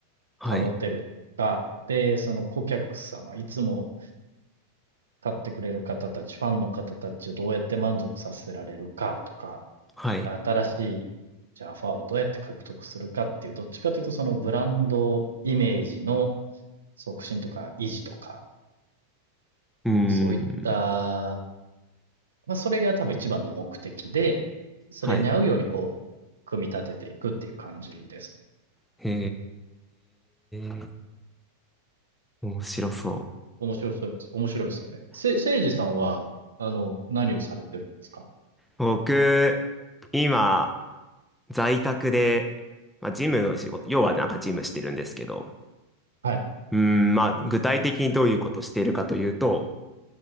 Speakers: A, in the centre; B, on the right.
A: はい。
B: 保てるかで、その顧客様、いつも買ってくれる方たち、ファンの方たちをどうやって満足させられるかとか、
A: はい。
B: で新しい、じゃあファンをどうやって獲得するかっていう、どっちかというとそのブランドイメージの促進とか維持とか、
A: うーん。
B: そういったまあ、それが多分一番の目的で、それに合うようにこう、
A: はい。
B: 組み立てていくっていう感じですね。
A: へー。面白そ
B: 面白そうです。面白いですよね。せ、せいじさんは、あの、何をされてるんですか
A: う。<laughs> 僕、今、在宅で、まあ、ジムの仕事、要はなんかジムしてるんですけど、
B: はい、
A: うーん、まあ、具体的にどういうことをしているかというと、